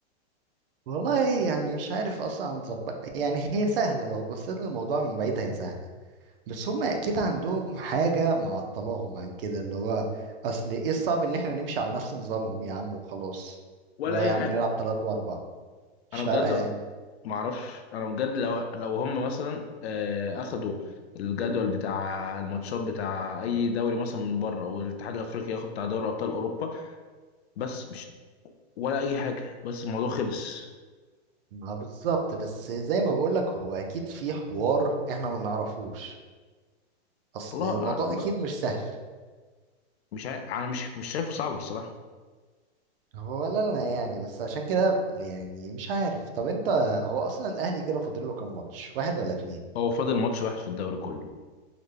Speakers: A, on the right (about 55°); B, on the left (about 70°).
A: والله يعني مش عارف اصلا نظبط يعني هي سهله لو بصيت للموضوع من بعيد هي سهله بس هم اكيد عندهم حاجة معطلاهم عن كده اللي هو اصل ايه الصعب ان احنا نمشي على نفس نظامهم يا عم وخلاص
B: ولا
A: اللي هو
B: اي
A: يا عم
B: حاجه
A: نلعب تلات واربع مش
B: انا
A: فارقة
B: بجد
A: يعني
B: ما اعرفش انا بجد لو لو هم مثلا آه، اخدوا الجدول بتاع الماتشات بتاع اي دوري مثلا من بره والاتحاد الافريقي ياخد بتاع دوري ابطال اوروبا بس مش ولا اي حاجه بس الموضوع خلص
A: ما بالظبط بس زي ما بقولك هو اكيد في حوار احنا ما نعرفوش اصل
B: الله
A: الموضوع
B: اعلم
A: اكيد
B: بقى
A: مش سهل
B: مش عارف انا مش مش شايفه صعبه الصراحه
A: هو ولا انا يعني بس عشان كده يعني مش عارف طب انت هو اصلا الاهلي كده فاضل له كام ماتش واحد ولا اتنين
B: هو فاضل ماتش واحد في الدوري كله